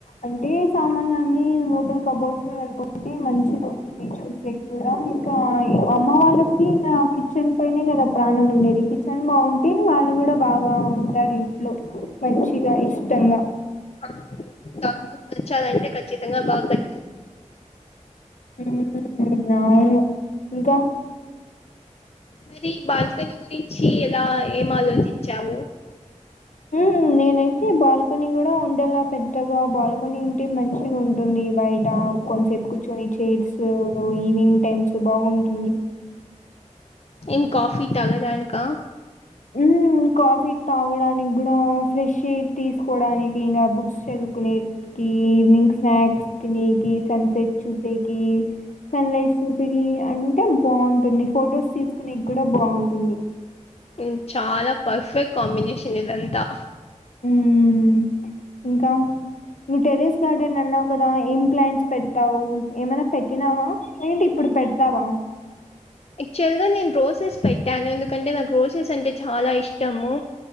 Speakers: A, on the left; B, on the left.
A: అంటే సామాన్లు అన్ని లోపలి కబోర్డ్స్ లో వెళ్ళిపోతే మంచిగా ఉంటుంది చూసే కూడా ఇంకా అమ్మ వాళ్ళకి ఇగ కిచెన్ పైనే కదా ప్రాణం ఉండేది కిచెన్ బాగుంటే వాళ్ళు కూడా బాగా ఉంటారు ఇంట్లో మంచిగా ఇష్ టంగ
B: అవును గమ్ నచ్చాదంటే ఖచ్చి తంగా బాగుతయి
A: హమ్ అవును ఇంకా
B: మరి బాల్కనీ గురించి ఎలా ఏం ఆలోచించావు
A: హమ్ నేనైతే బాల్కనీ కూడా ఉండేలా పెద్దగా బాల్కనీ ఉంటే మంచిగా ఉంటుంది బయట కొంతసేపు కూర్చొని చైర్స్ ఈవినింగ్ టైమ్స్ బాగుంటుంది
B: ఏం కాఫీ తాగడానిక
A: హమ్ కాఫీ తాగడానికి కూడా ఫ్రెష్ర్ ఎయిర్ తీసుకోవడానికి ఇంకా బుక్స్ చదువుకునేకి ఈవినింగ్ స్నాక్స్ తినేకి సన్సెట్ చూసేకి సన్ రైజ్ చూసేకి అంటే బాగుంటుంది ఫొటోస్ తీసుకునేకి కూడా బాగుంటుంది
B: ఉమ్, చాలా పర్ఫెక్ట్ కాంబినేషన్ ఇదంతా
A: హమ్ ఇంకా నువ్వు టెరెస్ గార్డెన్ అన్నావు కదా ఏం ప్లాంట్స్ పెట్టావు ఏమైనా పెట్టినావా ఏంటి ఇప్పుడు పెడతావా
B: యాక్చువల్ గా నేను రోసెస్ పెట్టాను ఎందుకంటే నాకు రోసెస్ అంటే చాలా ఇష్టము